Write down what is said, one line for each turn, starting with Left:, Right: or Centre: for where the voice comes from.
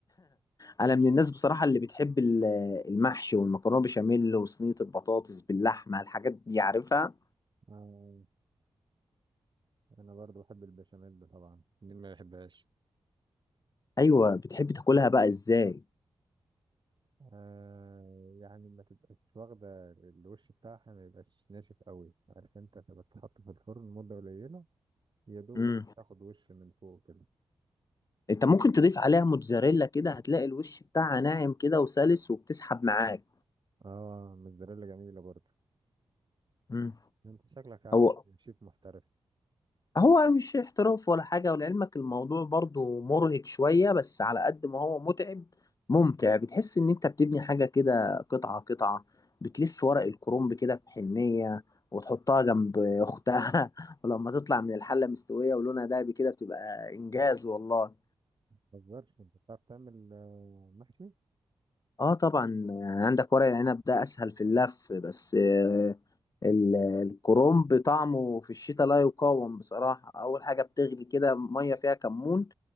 Left: انا من الناس بصراحه اللي بتحب ال- المحشي والمكرونه بشاميل وصينيه البطاطس باللحمه الحاجات دي عارفها
Right: آه انا برضو بحب البشاميل طبعا مين ما يحبهاش
Left: ايوه بتحب تاكلها بقى ازاي
Right: آه يعني ما تبقاش واخدة الوش بتاعها ما يبقاش ناشف قوي عارف انت تبقى تحط في الفرن مدة قليلة يا دوب
Left: امم
Right: بس تاخد وش من فوق كده
Left: انت ممكن تضيف عليها موتزاريلا كده هتلاقي الوش بتاعها ناعم كده وسلس وبتسحب معاك
Right: اه موزاريلا جميلة برضو
Left: امم
Right: انت شكلك عامل
Left: هو
Right: شيف محترف
Left: هو مش احتراف ولا حاجة ولعلمك الموضوع برضو مرهق شوية بس على قد ما هو متعب ممتع بتحس ان انت بتبني حاجة كده قطعة قطعة بتلف ورق الكرنب كده بحنية وتحطها جنب اختها <laughs> ولما تطلع من الحلة مستوية ولونها دهبي كده بتبقى انجاز والله
Right: متهزرش انت بتعرف تعمل آه، محشي؟
Left: اه طبعا يعني عندك ورق العنب ده اسهل في اللف بس آه، ال- الكرنب طعمه في الشتاء لا يقاوم بصراحة اول حاجة بتغلي كده مية فيها كمون